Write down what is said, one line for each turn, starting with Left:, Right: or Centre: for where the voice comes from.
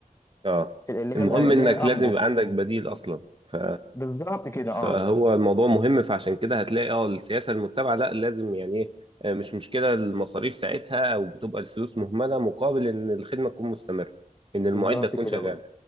Right: اه
Left: اللي هي
Right: المهم انك
Left: اللي هي الامبو
Right: لازم يبقى عندك بديل اصلا ف
Left: بالظبط كده اه
Right: فهو الموضوع مهم فعشان كده هتلاقي اه السياسه المتبعه لا لازم يعني ايه آه، مش مشكله المصاريف ساعتها او بتبقى الفلوس مهمله مقابل ان الخدمه تكون مستمره ان المعده
Left: بالظبط
Right: تكون
Left: كده
Right: شغاله
Left: هو